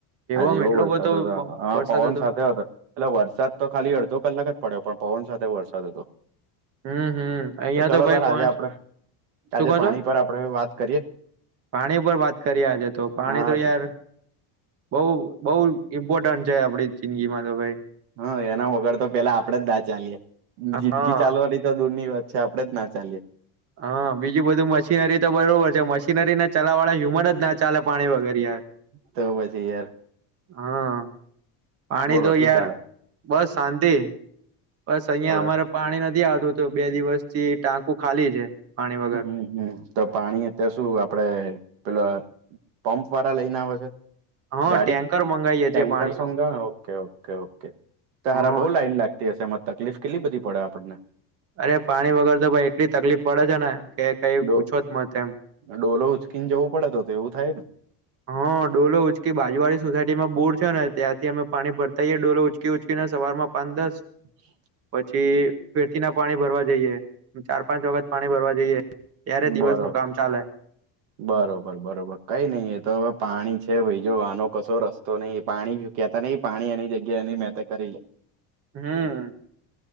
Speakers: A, on the right; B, on the right.
A: આજે
B: આમ
A: એવો
B: એટલો
A: વરસાદ
B: બધો
A: હતો
B: પ-
A: હા
B: વરસાદ
A: પવન સાથે હતો એટલે વરસાદ તો ખાલી અડધો કલાક જ પડ્યો પણ પવન સાથે વરસાદ હતો
B: હમ હમ અહિયાં
A: ચલો
B: તો ભાઈ
A: તાર
B: પોહંચ
A: આજે આપડે
B: શું
A: આજે
B: કો
A: પાણી
B: છો
A: પર આપડે વાત કરીએ
B: પાણી ઉપર વાત કરીએ આજે તો પાણી
A: હા
B: તો યાર બઉ બઉુ ઇમ્પોર્ટન્ટ છે આપડી જિંદગીમાં તો ભાઈ
A: હા એના વગર તો પેલા આપડે જ ના ચાલીએે જિદગી
B: હા
A: ચાલવાની તો દૂર ની વાત છે આપડે જ ના ચાએ
B: હા બીજું બધું મશીનરી તો બરોબર છે મશીનરી ને ચલાવવાળા હ્યુમન જ ના ચાલે પાણી વગેરે
A: તો પછી યાર
B: હા પાણી
A: બોલો
B: તો
A: શું
B: યાર
A: ચાલે
B: બસ શાંતિ બસ અહિયાં
A: હવે
B: અમારે પાણી નથી આવતું તો બે દિવસ થી ટાંકુ ખાલી છે પાણી વગર
A: હમ હમ તો પાણી અત્યારે શું આપડે પેલો પંપ વાળા લઈને આવે છે
B: હા
A: ગાડી
B: ટેન્કર મંગાવીએ
A: ટટેન્કર
B: છીએ પાણી
A: સઘ
B: નું
A: ઓકે ઓકે ઓ તારા
B: હા
A: બઉુ લાઈન લાગતી હશે એમાં તકલીફ કેટલી બધી પડે આપણને
B: અરે પાણી વગર તો ભાઈ એટલી તકલીફ પડે છે ને કે કઈ
A: ડો
B: પૂછો જ મ તેમમ
A: ડોલો ઉચકીને જવું પડે તો એવું થાય ને
B: હા ડોલો ઉચકી બાજુવાડી સોસાયટી માં બોર છે ને ત્યાંથી અમે પાણી ભરતાઈએ ડોલો ઉચકી ઉચકીને સવારમાં પંદસ
A: <unintelligible>
B: પછી ફેરચી ના પાણી ભરવા જઈએ ચાર પાંચ વખત પાણી ભરવા જઈએ ત્યારે
A: બરોબર
B: દિવસનું કામ ચાલે
A: બરોબર બરોબર કઈ નઈિ એ તો હવે પાણી છે ભાઈ જો આનો કશો રસ્તો નહીિ પાણી કેતા ન પાણી એની જગ્યા એની મેં તો કરી લે
B: હમ